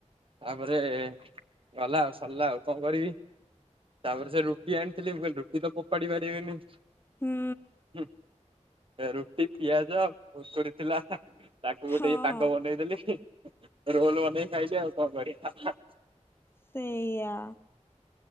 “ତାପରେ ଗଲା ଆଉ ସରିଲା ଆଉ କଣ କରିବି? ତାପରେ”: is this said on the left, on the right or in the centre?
Right